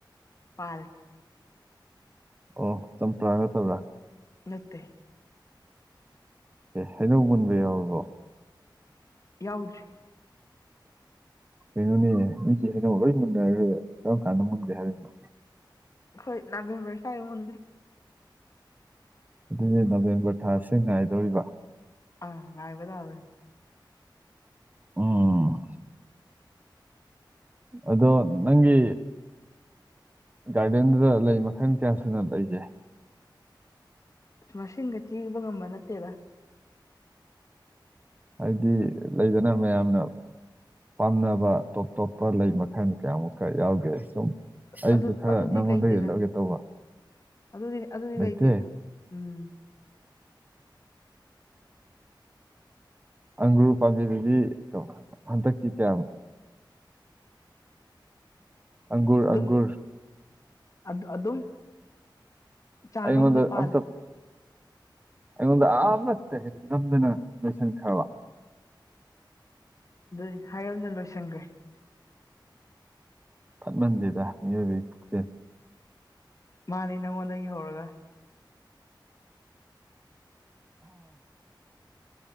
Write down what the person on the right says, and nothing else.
ꯑꯣ ꯆꯝꯄ꯭ꯔꯥ ꯅꯠꯇꯕꯔꯥ
ꯍꯩꯅꯧ ꯃꯨꯟꯕ ꯌꯥꯎꯔꯕꯣ
ꯀꯩꯅꯣꯅꯦ ꯅꯣꯏꯗꯤ ꯍꯩꯅꯧ ꯂꯣꯏ ꯃꯨꯟꯅꯔꯦ ꯀꯔꯝ ꯀꯥꯟꯗ ꯃꯨꯟꯒꯦ ꯍꯥꯏꯔꯤꯅꯣ
ꯑꯗꯨꯗꯤ ꯅꯕꯦꯝꯕꯔ ꯊꯥꯁꯤ ꯉꯥꯏꯗꯧꯔꯤꯕ
ꯑꯝ ꯑꯗꯣ ꯅꯪꯒꯤ ꯒꯥꯔꯗꯦꯟꯗꯨꯗ ꯂꯩ ꯃꯈꯟ ꯀꯌꯥ ꯁꯨꯅ ꯂꯩꯒꯦ
ꯍꯥꯏꯗꯤ ꯂꯩꯗꯅ ꯃꯌꯥꯝꯅ ꯄꯥꯝꯅꯕ ꯇꯣꯞ ꯇꯣꯞꯄ ꯂꯩ ꯃꯈꯜ ꯀꯌꯥꯃꯨꯛꯀ ꯌꯥꯎꯒꯦ ꯁꯨꯝ ꯑꯩꯁꯨ
ꯈꯔ
ꯅꯪꯉꯣꯟꯗꯒꯤ
ꯂꯧꯒꯦ ꯇꯧꯕ
ꯂꯩꯇꯦ
ꯑꯪꯒ꯭ꯔꯨ ꯄꯥꯝꯕꯤꯗꯨꯗꯒꯤ ꯀꯩꯅꯣ ꯍꯟꯗꯛꯀꯤ ꯀꯌꯥ ꯑꯪꯒꯨꯔ
ꯑꯪꯒꯨꯔ
ꯑꯩꯉꯣꯟꯗ
ꯑꯝꯇ ꯑꯩꯉꯣꯟꯗ ꯑꯃꯠꯇ ꯍꯦꯛ ꯉꯝꯗꯅ ꯂꯣꯏꯁꯟꯈ꯭ꯔꯕ
ꯐꯠꯃꯟꯗꯗ ꯃꯤꯑꯣꯏꯕꯒꯤ ꯄꯨꯛꯆꯦꯟ